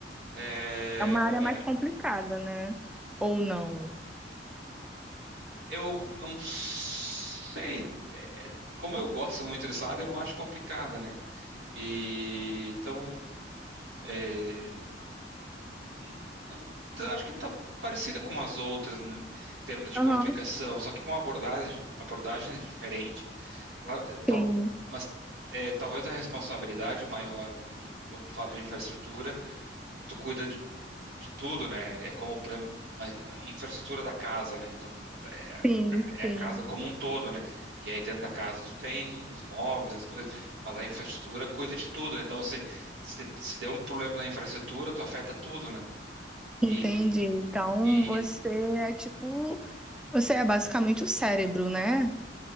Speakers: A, on the right; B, in the centre.
A: É,
B: É uma área mais complicada, né? Ou não?
A: eu não sei, é, como eu gosto muito dessa área, eu não acho complicada, né? E então eh, Não, eu acho que está parecida com as outras, né, em termos de
B: Aham,
A: complicação, só que com abordagem, abordagens diferentes. Claro, é, tal,
B: Sim,
A: mas é, talvez a responsabilidade maior, né? Que quando tu fala de infraestrutura, tu cuida de, de tudo, né? É como, por exemplo, uma infraestrutura da casa, né? Então, é,
B: sim,
A: é a
B: sim.
A: casa como um todo, né? E aí dentro da casa tu tem os móveis, as coisas, mas a infraestrutura cuida de tudo, né? Então, se, se, se der um problema na infraestrutura, tu afeta tudo, né?
B: Entendi.
A: E,
B: Então
A: e
B: você é tipo. Você é basicamente o cérebro, né?